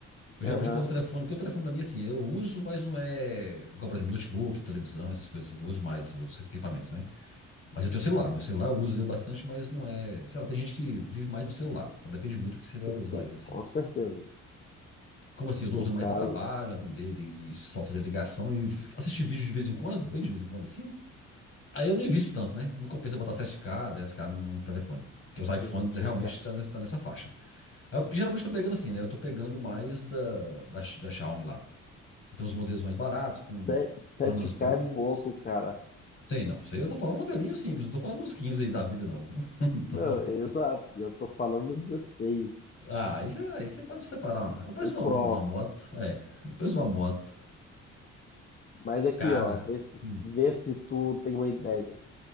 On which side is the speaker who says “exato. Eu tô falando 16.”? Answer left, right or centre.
Left